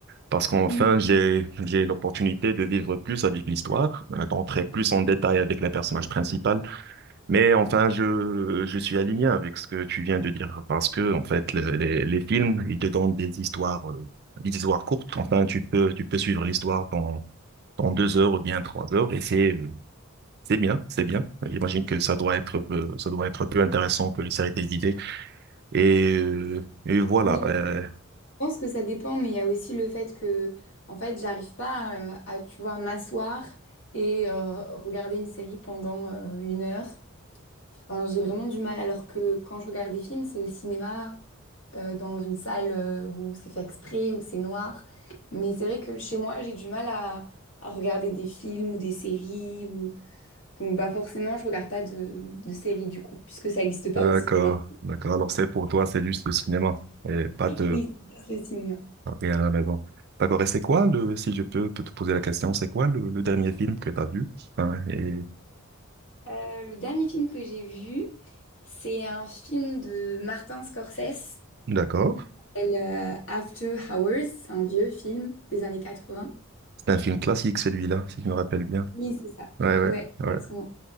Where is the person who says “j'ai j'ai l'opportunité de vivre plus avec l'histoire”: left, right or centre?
Right